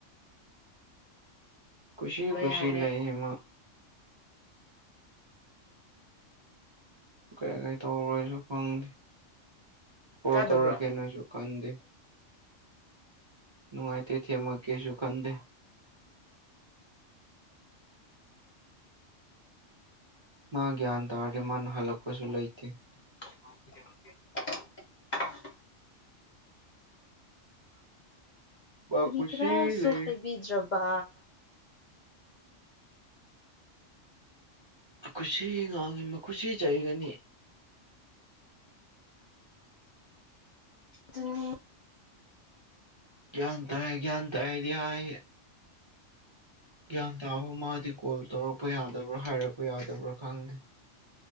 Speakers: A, on the right (about 30°); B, on the left (about 45°).
A: ꯀꯨꯁꯤ ꯀꯨꯁꯤ
B: ꯌꯥꯔꯦ
A: ꯂꯩꯌꯦ ꯃꯥ ꯀꯩ ꯀꯩ ꯇꯧꯕ꯭ꯔꯥꯁꯨ ꯈꯪꯗꯦ ꯀꯣꯜ
B: ꯇꯥꯗꯕ꯭ꯔꯣ
A: ꯇꯧꯔꯀꯦꯅꯁꯨ ꯈꯟꯗꯦ ꯅꯨꯡꯉꯥꯏꯇꯦ ꯊꯦꯝꯃꯛꯀꯦꯅꯁꯨ ꯈꯟꯗꯦ ꯃꯥ ꯒ꯭ꯌꯥꯟ ꯇꯥꯔꯗꯤ ꯃꯥꯅ ꯍꯜꯂꯛꯄꯁꯨ ꯂꯩꯇꯦ
B: <unintelligible>
A: ꯃꯥ
B: ꯀꯔꯤ
A: ꯀꯨꯁꯤ
B: ꯀꯔꯥꯁꯨ
A: ꯂꯩ
B: ꯍꯥꯏꯕꯤꯗ꯭ꯔꯕ
A: ꯀꯨꯁꯤꯁꯤ ꯉꯥꯡꯅꯥ ꯈꯨꯁꯤ ꯆꯩꯒꯅꯤ
B: ꯑꯗꯨꯅꯤ
A: ꯒ꯭ꯌꯥꯟ ꯇꯥꯏ ꯒ꯭ꯌꯥꯟ ꯇꯥꯏꯌꯦꯗꯤ ꯍꯥꯏꯌꯦ ꯒ꯭ꯌꯥꯟ ꯇꯥꯕ ꯃꯥꯗꯤ ꯀꯣꯜ ꯇꯧꯔꯛꯄ ꯌꯥꯗꯕ꯭ꯔꯥ ꯍꯥꯏꯔꯛꯄ ꯌꯥꯗꯕ꯭ꯔꯥ ꯈꯪꯗꯦ <inaudible>